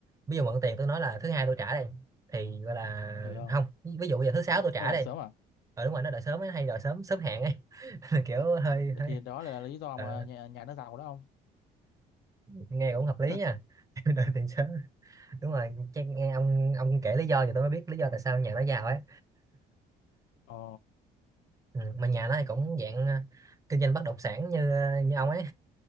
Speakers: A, on the right; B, on the left.
A: ví dụ mượn tiền tôi nói là thứ hai tôi trả đây thì gọi là
B: Ờ, được không
A: không ví dụ bây giờ thứ sáu
B: nó
A: tôi trả
B: lại
A: đây
B: sớm à
A: ờ đúng rồi nó đợi sớm ấy hay đòi sớm sớm hẹn ấy <laughs> kiểu hơi
B: Vậy
A: hơi
B: thì đó là lý do
A: ờ
B: mà nhà, nhà nó giàu đó không
A: nghe cũng hợp
B: <laughs>
A: lý nha <laughs> đời tiền sớ đúng rồi chắc nghe ông ông kể lý do thì tôi mới biết lý do tại sao nhà nó giàu ấy
B: ồ
A: ừ. mà nhà nó thì cũng dạng ờ, kinh doanh bất động sản như như ông ấy